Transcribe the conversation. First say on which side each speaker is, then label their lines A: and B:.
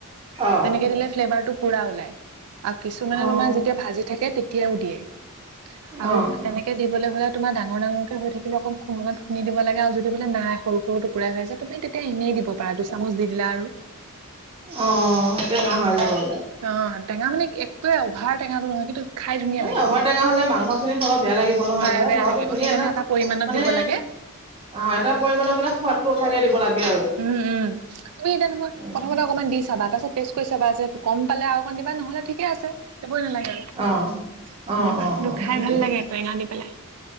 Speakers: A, on the right; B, on the right.
A: অ
B: তেনেকে দিলে ফ্লেভাৰটো পুৰা ওলাই আৰু কিছুমানে
A: অ
B: তোমাৰ যেতিয়া ভাজি থাকে তেতিয়াও দিয়ে। আৰু
A: অ
B: তেনেকে দিবলৈ হ'লে তোমাৰ ডাঙৰ ডাঙৰকে হৈ থাকিলো অকণ খুন্দনাত খুন্দি দিব লাগে আৰু যদি সেইটো বোলে নাই সৰু সৰু টুকুৰাই হৈ আছে, তুমি তেতিয়া এনেই দিব পাৰা দুচামোচ দি দিলা আৰু।
A: অঁ' টেঙা হৈ যাবগে আৰু।
B: অঁ' টেঙা মানে একোৱে অভাৰ টেঙাটো নহয় কিন্তু খাই ধুনীয়া
A: এই
B: লাগে
A: অভাৰটেঙা
B: মানে
A: হ'লে মাংস খিনি খাব বেয়া লাগিব নহয়
B: বেয়া
A: নহয়
B: বেয়া
A: নৰৱে
B: লাগিব
A: ধুনীয়া
B: সেইকাৰণে
A: এটা
B: পৰিমাণত
A: মানে
B: দিব লাগে
A: অ এটা পৰিমাণৰ মানে সোৱাদটো উঠাকে দিব লাগে আৰু
B: উম উম তুমি এতিয়া নহয়
A: উম
B: প্ৰথমতে অকণমান দি চাবা তাৰপাছত পেষ্ট কৰি চাবা যে কম পালে আৰু অকণ দিবা নহ'লে ঠিকে আছে চবই নালাগে আৰু
A: অ অ অ
B: কিন্তু
A: অ
B: খাই
A: সেইটোৱে
B: ভাল লাগে টেঙা দি পেলাই